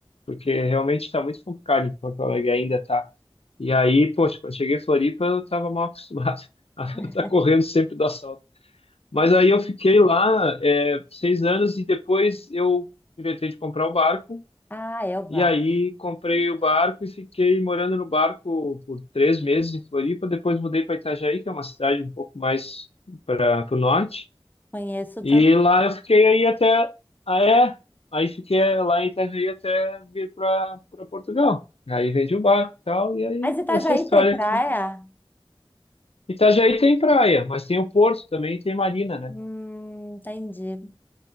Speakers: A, on the left; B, on the left.
A: Porque realmente está muito complicado em Porto Alegre, ainda tá. E aí, poxa, quando eu cheguei em Floripa, eu tava mal acostumado <laughs> a
B: <laughs>
A: estar correndo sempre do assalto. Mas aí eu fiquei lá, é, seis anos e depois eu inventei de comprar o barco.
B: Ah, é o bar.
A: E aí comprei o barco e fiquei morando no barco por três meses em Floripa. Depois mudei para Itajaí, que é uma cidade um pouco mais para o norte.
B: Conheço também.
A: E lá eu fiquei aí até. Ah, é? Aí fiquei lá em Itajaí até vir para Portugal. Aí vendi o barco e tal. E aí
B: mas você tá
A: essa
B: já
A: história
B: tem praia?
A: aqui. Itajaí tem praia, mas tem o porto também e tem marina, né?
B: Hum, entendi.